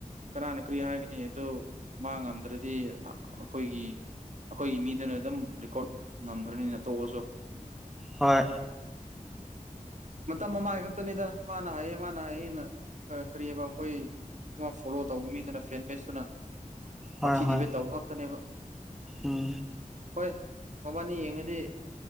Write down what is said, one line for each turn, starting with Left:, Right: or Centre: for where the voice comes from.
Right: ꯀꯅꯥꯅ ꯀꯔꯤ ꯍꯥꯏꯒꯅꯤ ꯑꯗꯨ ꯃꯥ ꯉꯝꯗ꯭ꯔ <unintelligible> ꯑꯈꯣꯏꯒꯤ ꯑꯈꯣꯏꯒꯤ ꯃꯤꯗꯨꯅ ꯑꯗꯨꯝ ꯔꯦꯀꯣꯔꯠ ꯉꯝꯒ꯭ꯔꯅꯤꯗ ꯇꯣꯛꯑꯁꯨ
Centre: ꯍꯣꯏ
Right: <inaudible> ꯃꯇꯝ ꯃꯃꯥꯏ ꯈꯛꯇꯅꯤꯗ ꯃꯥ ꯅꯥꯏꯌꯦ ꯃꯥ ꯅꯥꯏꯌꯦꯅ ꯀꯔꯤꯑꯕ ꯑꯈꯣꯏ <unintelligible> ꯐꯣꯂꯣ ꯇꯧꯕ ꯃꯤꯗꯨꯅ ꯐꯦꯟ ꯕꯦꯁꯇꯨꯅ ꯋꯥꯊꯤ
Centre: ꯍꯣꯏ ꯍꯣꯏ
Right: ꯗꯤꯕꯦꯠ ꯇꯧꯕ ꯉꯥꯛꯇꯅꯦꯕ
Centre: ꯎꯝ
Right: ꯍꯣꯏ ꯃꯕꯥꯅꯤ ꯌꯦꯡꯉꯗꯤ